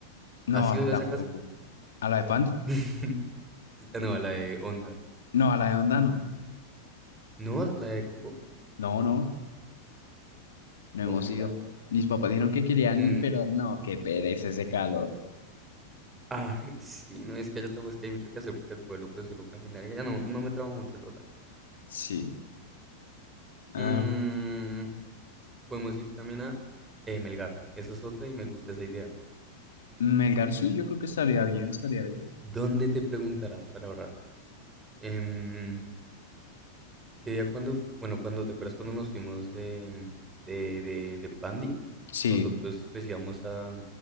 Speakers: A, on the left; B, on the right.
A: No,
B: ¿Has
A: a
B: ido
A: mí tampoco.
B: a esa casa?
A: ¿A la de Pandi?
B: <laughs> Ah, No, a la de Onda.
A: No, a la de Onda no.
B: ¿No? ¿La de Coco?
A: No, no, no hemos
B: Oh my
A: ido.
B: God.
A: Mis papás dijeron que querían
B: Mm,
A: ir, pero no, qué pereza ese calor.
B: Ay, sí, no, es que allá tampoco es que hay mucho que hacer porque el pueblo pues solo caminar y ya no, no me traba mucho, la verdad.
A: Sí. Ah,
B: Mm, podemos ir también a eh, Melgar, esa es otra y me gusta esa idea.
A: Melgar sí, yo creo que estaría bien, estaría bien.
B: ¿Dónde te preguntarás para ahorrar? Em, ¿qué día cuando, f- bueno, cuando, te acuerdas cuando nos fuimos de, de, de, de Pandi?
A: Sí,
B: Nosotros pues íbamos a,